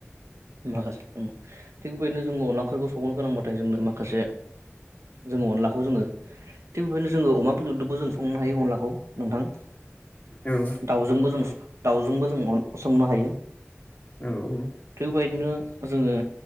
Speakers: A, on the right; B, on the left.
A: माखासे थिग बेबायदिनो जोङो अनला ओंख्रिफोरखौ संनो गोनांबाथाय जोंनो माखासे जोङो अनलाखौ जोङो थिग बेबायदिनो जोङो अमा बेदरजोबो जों संनो हायो अनलाखौ नोंथां।
B: ओ औ
A: दाउजोंबो जों दाउजोंबो जों अन संनो हायो।
B: औ औ
A: थिगबायदिनो जोङो